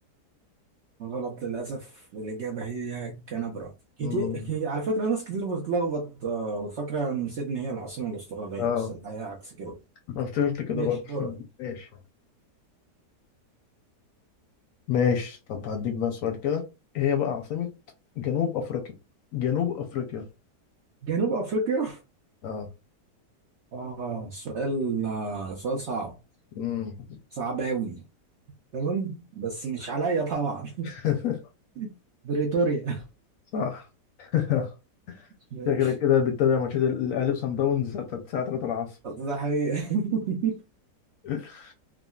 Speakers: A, on the right; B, on the left.
A: غلط للأسف الإجابة هي كانبرا كتير
B: مم.
A: كتير- على فكرة ناس كتير بتتلخبط آه، وفاكرة إن سيدني هي العاصمة الأسترالية
B: اه
A: بس الحقيقة عكس كده
B: أنا افتكرت كده
A: ماشي
B: برضه
A: دورك
B: مم، ماشي ماشي طب هديك بقى سؤال كده إيه هي بقى عاصمة جنوب أفريقيا جنوب أفريقيا
A: جنوب افريقيا
B: اه
A: آه سؤال آه سؤال صعب
B: مم.
A: صعب أوي تمام بس مش عليا طبعا
B: <laughs>
A: <laughs> بريتوريا <laughs>
B: صح <laughs>
A: ماشي
B: شكلك كده بتتابع ماتشات الأهلي وصن داونز الساعة 3 العصر
A: ده حقيقة <laughs>
B: <laughs>